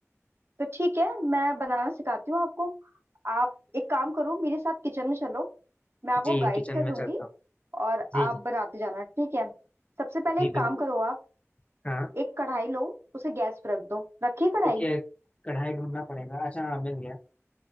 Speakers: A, on the right; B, on the left.
A: तो ठीक है मैं बनाना सिखाती हूँ आपको आप एक काम करो मेरे साथ किचन में चलो मैं आपको
B: जी
A: गाइड
B: किचन
A: करूंगी
B: में चलता हूँ
A: और
B: जी
A: आप
B: जी
A: बनाते जाना ठीक है सबसे पहले
B: जी
A: एक काम
B: बिल्कुल
A: करो आप
B: हाँ
A: एक कढ़ाई लो उसे गैस पर रख दो रखिए कढ़ाई
B: तो क्या कढ़ाई ढूंढना पड़ेगा अच्छा हाँ मिल गया